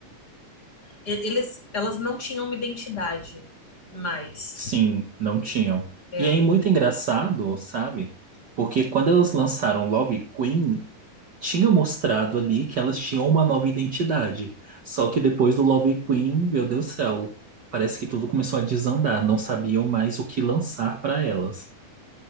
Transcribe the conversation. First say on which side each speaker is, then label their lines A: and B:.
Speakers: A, on the left; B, on the right.
A: E- Eles, elas não tinham uma identidade mais.
B: Sim, não tinham.
A: É,
B: E aí, muito engraçado, sabe? Porque quando elas lançaram Love Queen, tinha mostrado ali que elas tinham uma nova identidade. Só que depois do Love Queen, meu Deus do céu, parece que tudo começou a desandar, não sabiam mais o que lançar para elas.